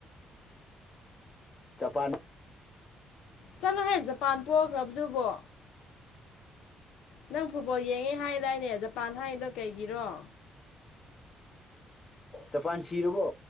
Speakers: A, on the left; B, on the left.
A: ꯖꯄꯥꯟ
B: ꯆꯠꯂꯣ ꯍꯥꯏꯌꯦ ꯖꯄꯥꯟ ꯄꯣꯛꯈ꯭ꯔꯕꯗꯨꯕꯣ ꯅꯪ ꯐꯨꯠꯕꯣꯜ ꯌꯦꯡꯉꯦ ꯍꯥꯏꯗꯥꯏꯅꯦ ꯖꯄꯥꯟ ꯍꯥꯏꯔꯤꯗꯣ ꯀꯩꯒꯤꯔꯣ
A: ꯆ ꯄꯥꯟ ꯁꯤꯔꯔꯕꯣ